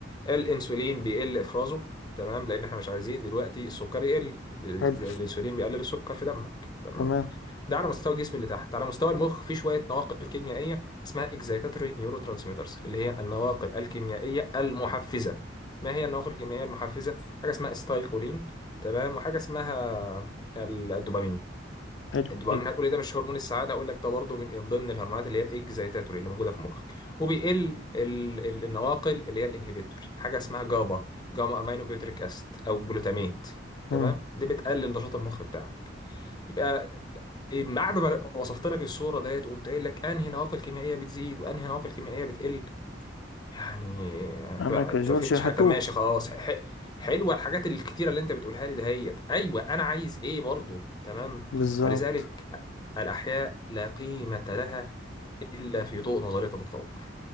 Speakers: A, on the left (about 20°); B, on the left (about 80°).
A: الانسولين بيقل افرازه تمام لان احنا مش عايزين دلوقتي السكر يقل
B: حلو
A: الانسولين بيقلل السكر في دمك تمام
B: تمام
A: ده على مستوى الجسم اللي تحت على مستوى المخ في شويه نواقل كيميائيه اسمها اكزايتاتوري نيورو ترانسميترز اللي هي النواقل الكيميائيه المحفزه ما هي النواقل الكيميائيه المحفزه حاجه اسمها استايكولين تمام وحاجه اسمها ال- الدوبامين
B: حلو
A: الدوبامين
B: حلو
A: هتقول لي ده مش هرمون السعاده اقول لك ده برضه من ضمن الهرمونات اللي هي الاكزايتاتوري اللي موجوده في مخك وبيقل ال- ال- النواقل اللي هي الانهبيتوري حاجه اسمها جابا جاما امينو بيوتريك اسيد او جلوتاميت تمام
B: امم
A: دي بتقلل نشاط المخ بتاعك يبقى بعد ما وصفت لك الصورة ديت وقمت قايل لك انهي نواقل كيميائية بتزيد وانهي نواقل كيميائية بتقل يعني انت
B: انا
A: ما
B: كجورج
A: أنت ما فهمتش
B: هتوه
A: حاجة طب ماشي خلاص ح- حلوة الحاجات الكتيرة اللي انت بتقولها لي دهيت ايوه انا عايز ايه برضو تمام
B: بالظبط
A: ولذلك الاحياء لا قيمة لها الا في ضوء نظرية التطور